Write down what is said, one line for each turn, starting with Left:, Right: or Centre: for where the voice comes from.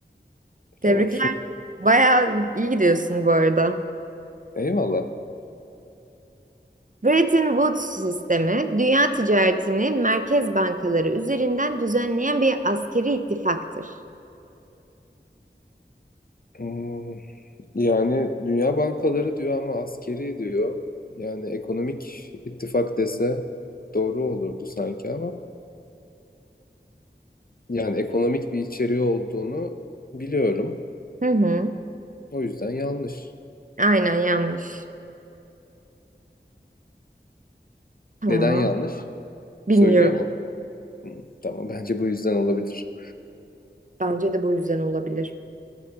Right: Tebrikler.
Left: Tamam.
Right: Bayağı iyi gidiyorsun bu arada.
Left: Eyvallah.
Right: Bretton Woods sistemi, dünya ticaretini merkez bankaları üzerinden düzenleyen bir askeri ittifaktır.
Left: Hmm, yani Dünya Bankaları diyor ama askeri diyor. Yani ekonomik ittifak dese doğru olurdu sanki ama yani ekonomik bir içeriği olduğunu biliyorum.
Right: Hı hı.
Left: O yüzden yanlış.
Right: Aynen yanlış. Tamam.
Left: Neden yanlış?
Right: Bilmiyorum.
Left: Söylüyor mu? Hmm, tamam bence bu yüzden olabilir.
Right: Bence de bu yüzden olabilir.